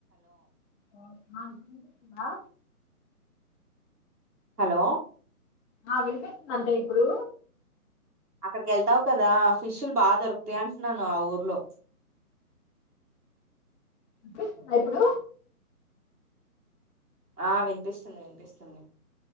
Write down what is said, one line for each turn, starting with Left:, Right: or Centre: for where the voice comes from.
Left: <inaudible> ఆ ఆ
Right: హలో.
Left: ఆ వినిపిస్తుందండి ఇప్పుడు.
Right: అక్కడికి వెళ్తావు కదా ఫిషులు బాగా దొరుకుతాయి అంటున్నాను ఆ ఊర్లో.
Left: వినిపిస్తుందా ఇప్పుడు.
Right: ఆ వినిపిస్తుంది వినిపిస్తుంది.